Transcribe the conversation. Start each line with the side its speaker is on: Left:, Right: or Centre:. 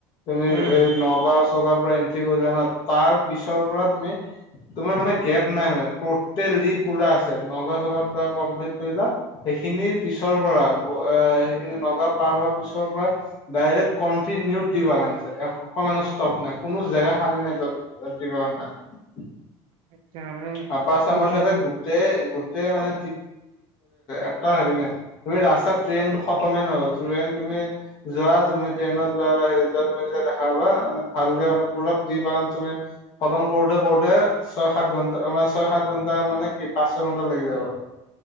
Left: তুমি
Right: উম
Left: এই নগাঁও চগাঁও পৰা এন্ট্ৰি কৰিলা ন তাৰ পিছৰ পৰা তুমি তোমাৰ মানে গেপ নাই মানে টটেলি পুৰা আছে নগা চগা পুৰা কম <unintelligible> ল সেইখিনি পিছৰ পৰা এ সেইখিনি নগাঁও পাৰ হোৱাৰ পিছৰ পৰা ডাইৰেক্ট কণ্টিনিউ টি বাগান আছে। কমো স্তপ নাই কোনো জেগা সাৰি নাই <unintelligible> নাই
Right: আচ্ছা মানে
Left: আপাচ
Right: কি
Left: আমাৰ
Right: হয়
Left: চাইতে গোটেই গোটেই মানে
Right: অ
Left: এটা হেৰি নাই তুমি ৰাস্তাত ট্ৰেইন খতমে নহ ট্ৰেইন তুমি যোৱা তুমি ট্ৰেইনত যোৱা বা হেৰিত যোৱা তুমি যেতিয়া দেখা পাবা মানে ভালকে মানে পুৰা টি বাগান তুমি খতম কৰোতে কৰোতে ছয় সাত ঘন্টা মে ছয় সাত ঘন্টা মানে কি পাঁচ ছয় ঘণ্টা লাগি যাব।